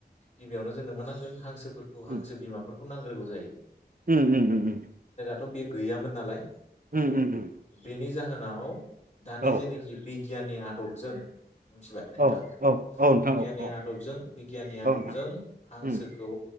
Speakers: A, on the left (about 40°); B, on the right (about 55°).
A: गिबियावनो जोंनो मोनानांगोन हांसो फोरखौ
B: उम
A: हांसो बिमाफोरखौ खौ नांग्रोगौ जायो
B: उम उम उम
A: थ' बे गैयामोन नालाय।
B: उम उम उम
A: बेनि जाहोनाव दानि
B: औ
A: जेनोखि बिगियाननि आदबजों मिथिबाय नोंथां
B: औ औ औ नोंथां
A: बिगियाननि
B: औ औ
A: आदबजों बिगियाननि आदबजों
B: औ नोंथां
A: हांसोखौ
B: उम